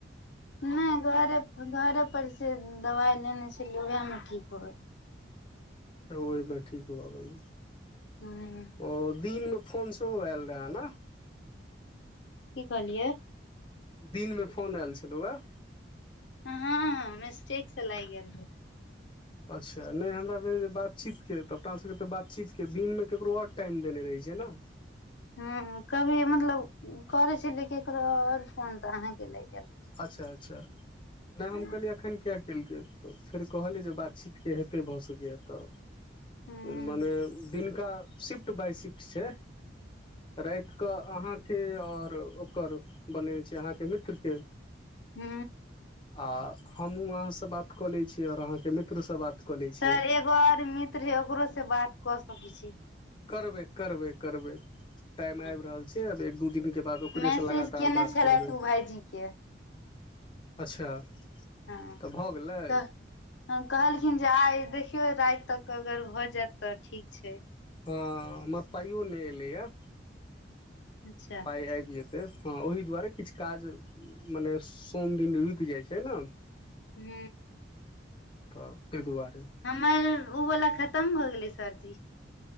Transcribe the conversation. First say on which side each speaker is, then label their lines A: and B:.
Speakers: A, on the left; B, on the left.
A: नहि घरे घरे पर से दबाइ लेने छलियै उएहमे ठीक भअ गेलै
B: त ओहिमे ठीक भअ गेलै
A: हूँ
B: ओ दिन म फोन सेहो आयल रहे न
A: की कहलियए
B: दिनमे फोन आयल छलहुँ हेय
A: हँ हं हं हं मिस्टेक से लागि गेल रहै
B: अच्छा नहि हमरा भेल जे बातचीत के तऽ अपना सबके तऽ बातचीत के दिन मे ककरो आओर टाइम देने राहि ने
A: हं हं कभी मतलब करै छलिये केकरो आओर फोन तऽ अहाँके लागि गेलै
B: अच्छा अच्छा नहि
A: हूँ
B: हम कहलियै एखन किया केलकै तऽ फेर कहलियै जे बातचीतके हेतै भऽ सकैए तऽ
A: हूँ
B: उं माने दिनका शिफ्ट बाइ शिफ्ट छै। राति क अहांके आओर ओकर बनायने चियै अहाँके मित्र के
A: हू
B: आ हमहु अहां से बात कअ लै चियै आओर अहां के मित्र स बात कऽ लै
A: सर
B: छियै
A: एगो आओर मित्र हय ओकरो स बात कऽ सकै छी
B: करबै-करबै-करबै टाइम
A: हँ
B: आबि रहल छै। आब एक दु के बाद ओकरे
A: मैसेज
B: से लगातार
A: केने
B: बात
A: छलथि
B: करबै
A: ओ भाईजी के
B: अच्छा
A: हँ
B: तऽ भऽ गेलै
A: कह कहलखिन जे आइ देखियौ राति तक अगर भऽ जायत तऽ ठीक छै।
B: हँ हमर पाइयो नहि एलै य
A: अच्छा
B: पाइ आइब जे ते हँ ओहि दुआरे किछु काज मने सोम दिन रुकि जाइ छै। नै
A: हू
B: तऽ ताहि दुआरे
A: हमर ओवाला खत्म भऽ गेलै सरजी